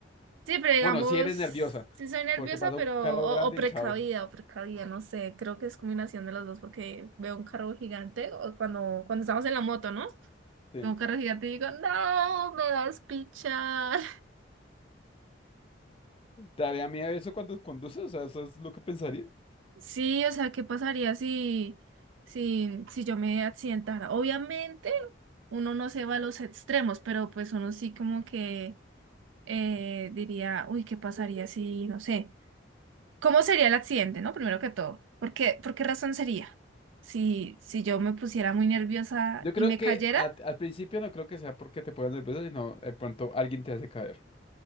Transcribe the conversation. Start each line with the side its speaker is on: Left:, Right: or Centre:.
Right: Sí, pero digamos,
Left: Bueno, sí eres nerviosa,
Right: sí soy nerviosa,
Left: porque pasa
Right: pero,
Left: un carro
Right: o,
Left: grande
Right: o precavida,
Left: y chao.
Right: o precavida, no sé, creo que es combinación de los dos, porque veo un carro gigante, o cuando, cuando estamos en la moto, ¿no?
Left: Sí.
Right: Veo un carro gigante y digo, no, me vas a pichar.
Left: ¿Te daría miedo eso cuando conduces? O sea, ¿eso es lo que pensarías?
Right: Sí, o sea, ¿qué pasaría si, si, si yo me accidentara? Obviamente, uno no se va a los extremos, pero pues uno sí como que eh, diría, uy, ¿qué pasaría si, no sé, cómo sería el accidente, ¿no? Primero que todo, ¿por qué, por qué razón sería? Si, si yo me pusiera muy nerviosa
Left: Yo creo
Right: y me
Left: que
Right: cayera,
Left: al, al principio no creo que sea porque te pongas nervioso, sino de pronto alguien te hace caer.